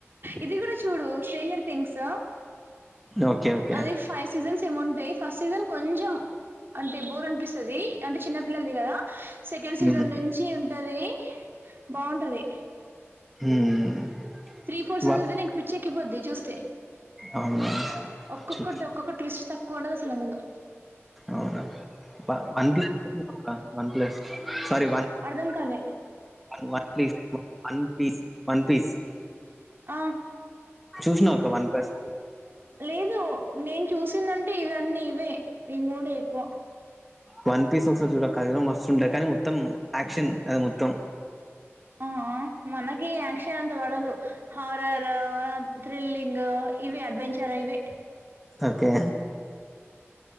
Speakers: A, on the right; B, in the centre.
A: ఇది కూడా చూడు చేేంజర్ థింగ్స్
B: ఓకే ఓకే
A: అది ఫైవ్ సీజన్స్ ఉంటాయి ఫస్ట్ సీజన్ కొంచెం అంటే బోర్ అనిపిస్తుంది అంటే చిన్నపిిల్లలది కదా సెకండ్ సీజన్
B: ఉమ్,
A: నుంచి ఉంటది బాగుంటది
B: ఉమ్.
A: త్రీ ఫోర్స
B: వా-
A: పిచ్చే ఎక్కిపోద్ది చూస్తే
B: అవునా
A: ఒక్కొక్కటి
B: చూ-
A: ఒక్కొక్క టూస్ట్ తక్కువ ఉండదు అసలుందులో
B: అవునా one plus one plus sorry one
A: అర్ధం కాలే
B: న్ one piece one piece one piece
A: ఆ
B: చూసినావు ఒక వన్ ప్స్
A: లేదు నేను చూసిందంటే ఇవన్నీ ఇవే ఈ మూడు ఎక్కువ
B: వన్ పస్ చ క మస్ కానీ మొత్తం ఆక్షన్ అ మొత్తం
A: ఆ మనకి అక్షయ అంత వాళదు హారర్ థ్రిల్లింగ్ ఇవి అడ్వెంచర్ ఇవి
B: ఓకే